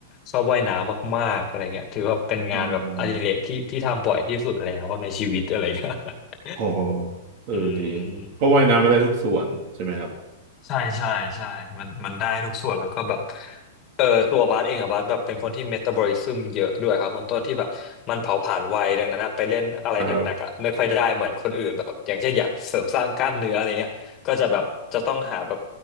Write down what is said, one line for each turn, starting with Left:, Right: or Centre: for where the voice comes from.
Left: ชอบว่ายน้ำมากๆอะไรเงี้ยถือว่าเป็นงานแบบอดิเรกที่ที่ทำบ่อยที่สุดแล้วในชีวิตอะไรเงี้ย
Right: อืม
Left: <laughs>
Right: โอ้โหเออดี
Left: อืม
Right: เพราะว่ายน้ำไม่ได้ทุกส่วนใช่ไหมครับ
Left: ใช่ใช่ใช่มันมันได้ทุกส่วนแล้วก็แบบเออตัวบาสเองอะบาสแบบเป็นคนที่เมตาบอลิซึมเยอะด้วยครับคนต้นที่แบบมันเผาผลาญไวดังนั้นอะไปเล่นอะไรหนักๆอะไม่ค่อยได้เหมือนคนอื่นแบบอย่างเช่นอยากเสริมสร้างกล้ามเนื้ออะไรเงี้ยก็จะแบบจะต้องหาแบบ
Right: ครับ